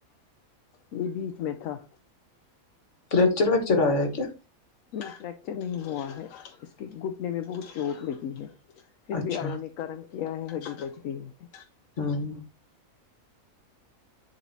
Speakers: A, on the left (about 70°); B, on the left (about 55°).
A: یہ بیچ میں تھا
B: کریکچر ویکچر آیا ہے کیا
A: میں فریکچر نہیں ہوا ہے اس کے گھٹنے میں بہت چوٹ لگی ہے پھر
B: اچھا
A: بھی آلہ نے کرم کیا ہے ہڈی بچ گئی ہے
B: ہاں